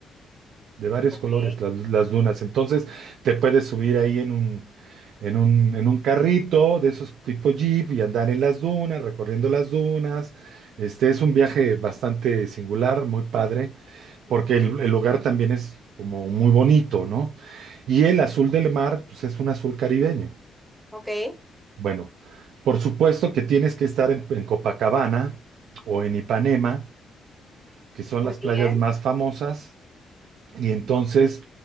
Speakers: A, on the right; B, in the centre.
A: de varios
B: Ok.
A: colores las, las dunas. Entonces te puedes subir ahí en un, en un, en un carrito de esos tipo Jeep y andar en las dunas, recorriendo las dunas. Este es un viaje bastante singular, muy padre porque
B: ujú,
A: el, el lugar también es como muy bonito, ¿no? Y el azul del mar, pues es un azul caribeño.
B: Ok.
A: Bueno, por supuesto que tienes que estar en, en Copacabana o en Ipanema, que son
B: Muy
A: las playas
B: bien.
A: más famosas, y entonces